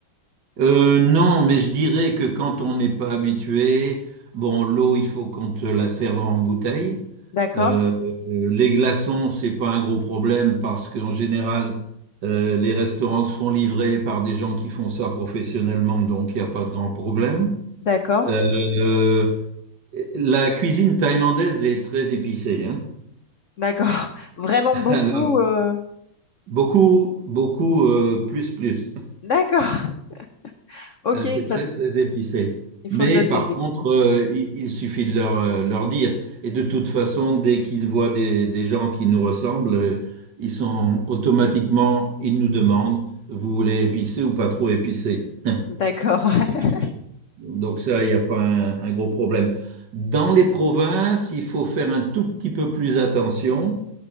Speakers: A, on the right; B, on the left.
A: Euh, non, mais je dirais que quand on n'est pas habitué, bon, l'eau, il faut qu'on te la serve en bouteille.
B: D'accord,
A: Euh, euh, les glaçons, c'est pas un gros problème parce qu'en général, euh, les restaurants se font livrer par des gens qui font ça professionnellement, donc il n'y a pas de grand problème.
B: d'accord,
A: Euh, euh, la cuisine thaïlandaise est très épicée, hein.
B: d'accord. <laughs> Vraiment
A: <laughs>
B: beaucoup.
A: Alors,
B: euh,
A: beaucoup, beaucoup, euh, plus, plus.
B: D'accord. <laughs> Ok,
A: Euh, C'est
B: ça,
A: très, très épicé.
B: il
A: Mais
B: faut le noter
A: par
B: effectivement.
A: contre, euh, il, il suffit de leur, euh, leur dire. Et de toute façon, dès qu'ils voient des, des gens qui nous ressemblent, euh, ils sont automatiquement, ils nous demandent, vous voulez épicé ou pas trop épicé? <laughs>
B: D'accord. <laughs>
A: Donc ça, il n'y a pas un, un gros problème. Dans les provinces, il faut faire un tout petit peu plus attention,